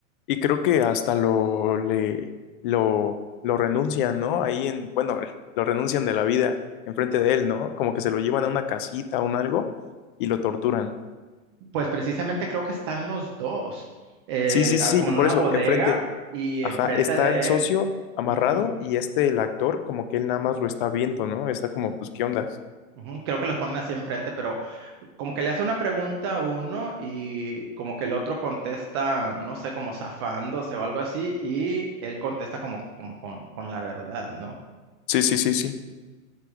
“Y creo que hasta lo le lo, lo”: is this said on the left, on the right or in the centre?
Left